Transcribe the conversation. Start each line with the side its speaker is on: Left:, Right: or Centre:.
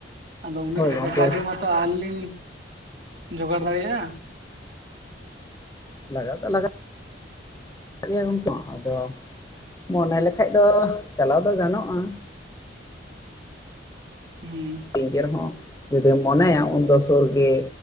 Right: ᱟᱫᱚ ᱩᱱᱟᱹᱜ
Left: ᱦᱳᱭ
Right: ᱴᱟᱠᱟ
Left: ᱜᱚᱝᱠᱮ
Right: ᱠᱟᱹᱣᱰᱤ ᱢᱟᱛᱚ ᱟᱹᱣᱨᱤ ᱞᱤᱧ ᱡᱚᱜᱟᱲ ᱫᱟᱲᱮᱭᱟᱜᱼᱟ
Left: ᱞᱟᱜᱟᱜ ᱫᱚ ᱞᱟᱜᱟᱜ ᱜᱚᱝᱠᱮ ᱟᱫᱚ ᱢᱚᱱᱮ ᱞᱮᱠᱟᱡ ᱫᱚ ᱪᱟᱞᱟᱣ ᱫᱚ ᱜᱟᱱᱚᱜᱼᱟ
Right: ᱦᱩᱸ
Left: ᱮᱱᱛᱮ ᱨᱮᱦᱚᱸ ᱡᱩᱫᱤᱢ ᱢᱚᱱᱮᱭᱟ ᱩᱱᱫᱚ ᱥᱩᱨ ᱜᱮ